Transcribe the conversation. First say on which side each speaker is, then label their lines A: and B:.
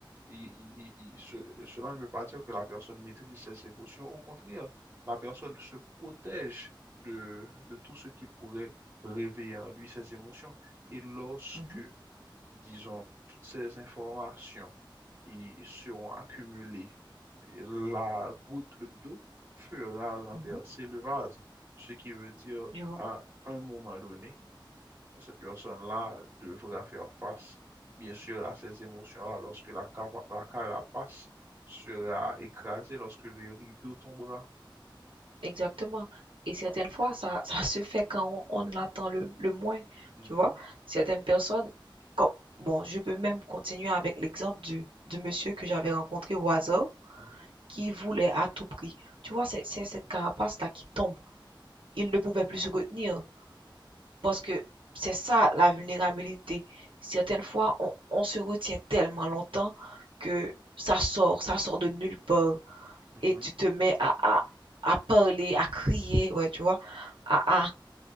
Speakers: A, on the right; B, on the right.
A: il- il- il- il- ce- cela ne veut pas dire que la personne maîtrise ses émotions. Au contraire, la personne se protège de, de tout ce qui pourrait réveiller en lui ses émotions. Et lorsque,
B: Mhm,
A: disons, toutes ces informations y seront accumulées, la goutte d'eau fera renverser
B: mhm,
A: le vase, ce qui veut dire
B: je vois.
A: à un moment donné cette personne-là devra faire face, bien sûr, à ces émotions-là lorsque la, capa- la carapace sera écrasée, lorsque le rideau tombera.
B: Exactement. Et certaines fois, ça, ça <laughs> se fait quand on, on attend le, le moins,
A: Mhm,
B: tu vois. Certaines personnes, comme, bon, je peux même continuer avec l'exemple du, du monsieur que j'avais rencontré au hasard,
A: mhm,
B: qui voulait à tout prix. Tu vois, c'est c'est cette carapace-là qui tombe. Il ne pouvait plus se retenir, parce que c'est ça la vulnérabilité. Certaines fois, on, on se retient tellement longtemps que ça sort, ça sort de nulle part
A: mhm.
B: et tu te mets à, à, à parler, à crier, ouais, tu vois, à, à,